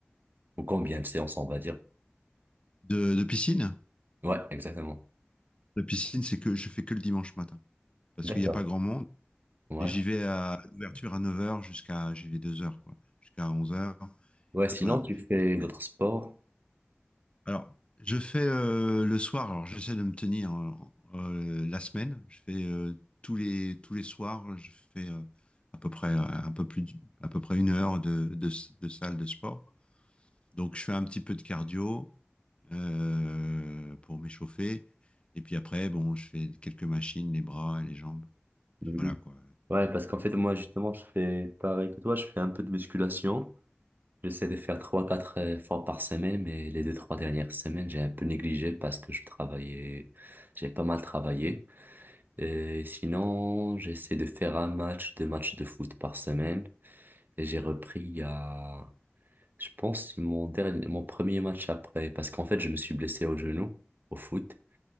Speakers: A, on the right (about 55°); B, on the left (about 30°).
A: Ou combien de séances, on va dire?
B: De, de piscine.
A: Ouais, exactement.
B: La piscine, c'est que je fais que le dimanche matin. Parce
A: D'accord.
B: qu'il n'y a pas grand monde.
A: Ouais.
B: Et j'y vais à l'ouverture à neuf heures jusqu'à, j'y vais deux heures quoi, jusqu'à onze heures
A: Ouais, sinon,
B: Et voilà.
A: tu fais
B: Et
A: d'autres sports?
B: Alors, je fais euh, le soir, alors j'essaie de me tenir euh, euh, la semaine. Je fais euh, tous les, tous les soirs, je fais euh, à peu près, euh, un peu plus, d- à peu près une heure de, de, de salle de sport. Donc, je fais un petit peu de cardio euh, pour m'échauffer. Et puis après, bon, je fais quelques machines, les bras et les jambes.
A: Mhm.
B: Puis voilà, quoi.
A: Ouais, parce qu'en fait, moi, justement, je fais pareil que toi, je fais un peu de musculation. J'essaie de faire trois, quatre euh, fois par semaine, mais les deux, trois dernières semaines, j'ai un peu négligé parce que je travaillais, j'ai pas mal travaillé. Et sinon, j'essaie de faire un match, deux matchs de foot par semaine. Et j'ai repris il y a, je pense, mon dernier, mon premier match après, parce qu'en fait, je me suis blessé au genou, au foot.